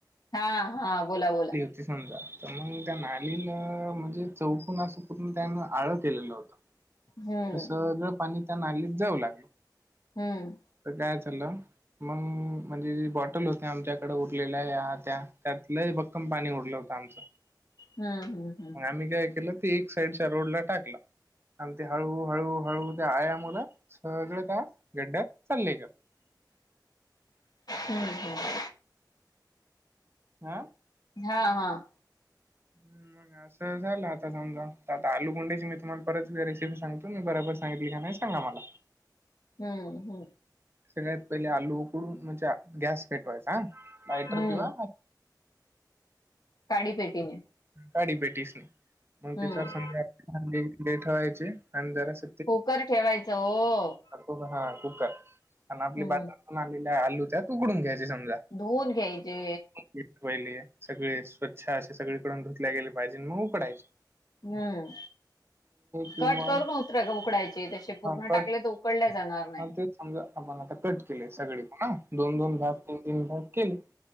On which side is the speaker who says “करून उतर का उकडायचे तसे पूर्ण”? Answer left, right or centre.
Left